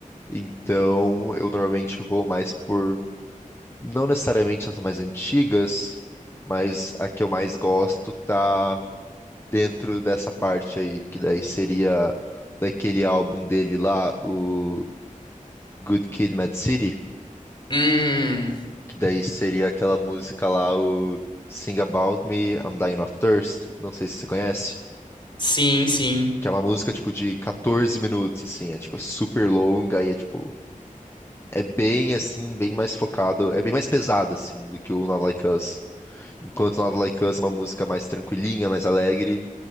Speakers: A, on the left; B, on the left.
A: Então, eu normalmente vou mais por, não necessariamente as mais antigas, mas a que eu mais gosto tá dentro dessa parte aí, que daí seria daquele álbum dele lá, o Good Kid, Mad City,
B: Hum,
A: que daí seria aquela música lá, o Sing About Me, I'm Dying of Thirst, não sei se você conhece,
B: sim, sim.
A: que é uma música tipo de 14 minutos, assim, é tipo super longa e é tipo. É bem assim, bem mais focado, é bem mais pesado assim do que o Not Like Us. Enquanto o Not Like Us é uma música mais tranquilinha, mais alegre,